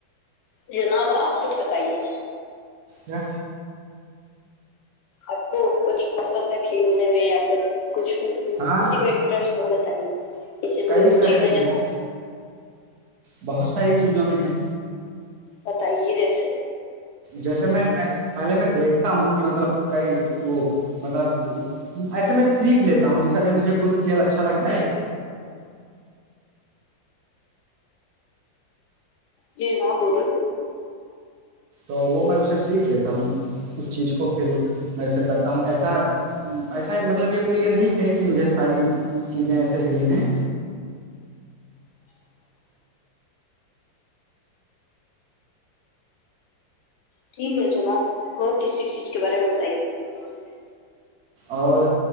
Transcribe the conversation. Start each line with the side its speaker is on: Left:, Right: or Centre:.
Left: جناب آپ کچھ بتائیے
Right: ہ
Left: آپ کو کچھ پسند ہے کھیلنے میں یا پھر کچھ
Right: ہاں
Left: کسی میں انٹرسٹ ہو بتائیے اسی میں
Right: کئی
Left: روچی
Right: ساری
Left: ہے
Right: چیزیں
Left: جناب
Right: بہت ساری چیزوں میں ہے
Left: بتائیے رہیس
Right: جیسے میں پہلے میں دیکھتا ہوں کہ مطلب کئی وہ مطلب ایسے میں سیکھ لیتا ہوں جیسے اب مجھے کوئی کھیل اچھا لگ جائے
Left: جی راہ بولے
Right: تو وہ میں اسے سیکھ لیتا ہوں اس چیز کو پھر میں اسے کر ہ ایسا ایسا مطلب یہ کوئی یہ نہیں ہے کہ مجھے ساری چیزیں ایسا ہی ہیں
Left: <inaudible> ٹھیک ہے جناب اور ک چیز کے بارے میں بتائیے
Right: اور